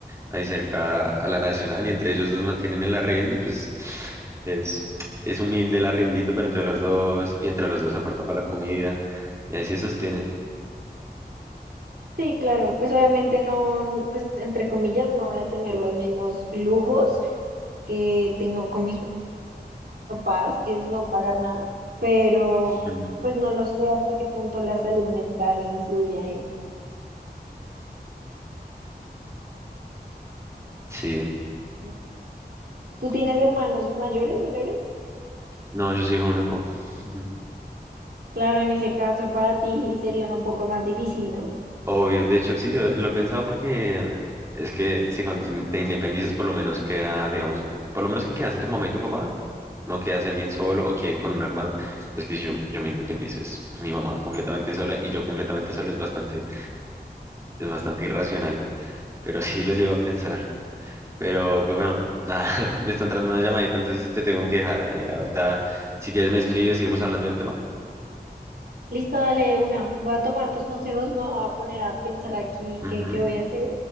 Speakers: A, on the right; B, on the right.
A: ahí cerca a la Nacional y entre ellos dos mantienen el arriendo, pues es, es humilde el arriendito, pero entre los dos y entre los dos aportan para la comida y ahí se sostienen.
B: Sí, claro, pues obviamente no, pues entre comillas, no voy a tener los mismos lujos que tengo con mis papás, que es no pagar nada, pero
A: Mm,
B: pues no lo sé hasta qué punto la salud mental influye en...
A: Sí,
B: ¿no? ¿Tú tienes hermanos mayores, menores?
A: no, yo soy hijo único. Ujú.
B: Claro, en ese caso para ti sería un poco más difícil, ¿no?
A: Obvio, de hecho sí, eh, lo he pensado porque es que si cuando te te independizas por lo menos queda, digamos, por lo menos que queda así tu mamá y tu papá no quedarse alguien solo o queden con un hermano. Es que si yo, yo me independizo, es mi mamá completamente sola y yo completamente solo es bastante, es bastante irracional, pero <laughs> sí lo llevo a pensar. Pero pues bueno, nada, <laughs> me está entrando una llamadita, entonces te tengo que dejar, Daniela. Ahorita, si quieres me escribes, y seguimos hablando del tema.
B: Listo, dale de una. Voy a tomar tus consejos, me voy a poner a pensar aquí
A: Ujú.
B: qué, qué voy a hacer.